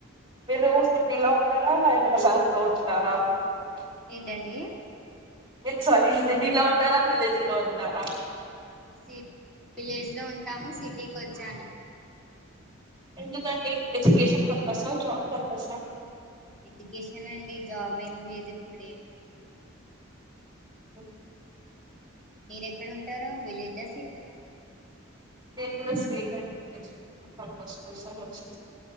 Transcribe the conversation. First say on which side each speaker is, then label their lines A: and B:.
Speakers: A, on the right; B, in the centre.
A: మీలు సిటీల సరే హైదరాబాద్ కు <unintelligible>
B: ఏంటండి
A: మీరు సిటీలో ఉంటారా విలేజ్ లో ఉంటారా
B: సి విలేజ్ లో ఉంటాము సిటీకి వచ్చాను
A: ఎందుకండి ఎడ్యుకేషన్ పర్పసా జాబ్ పర్పసా
B: ఎడ్యుకేషన్ అండి జాబ్ ఏమి లేదు ఇప్పుడే
A: ఎ
B: మీర ఎక్కడుంటారు విలేజా సిటీయా
A: నేను కూడా సేమ్ ఎ అండి పర్పస్ కోసం వచ్చి